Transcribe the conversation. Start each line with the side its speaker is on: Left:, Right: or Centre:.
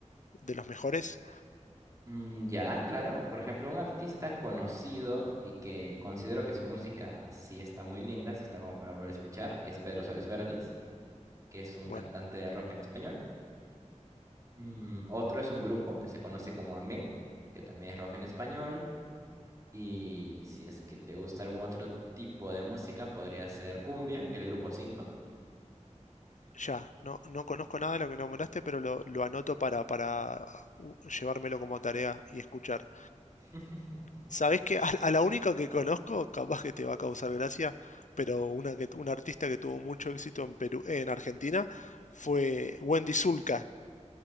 Left: de los mejores?
Right: Mm, ya, claro. Por ejemplo, un artista conocido y que considero que su música sí está muy linda, sí está como para volver a escuchar, es Pedro Suárez Verdis, que es un
Left: Bueno,
Right: cantante de rock en español. Mm, otro es un grupo que se conoce como Amén, que también es rock en español. Y si es que te gusta algún otro tipo de música, podría ser Cumbia, el grupo cinco
Left: ya, no, no conozco nada de lo que nombraste, pero lo, lo anoto para, para uh, llevármelo como tarea y escuchar.
Right: <laughs>
Left: ¿Sabés que <laughs> a, a la única que conozco, capaz que te va a causar gracia, pero una que, una artista que tuvo mucho éxito en Perú, en Argentina, fue Wendy Zulka,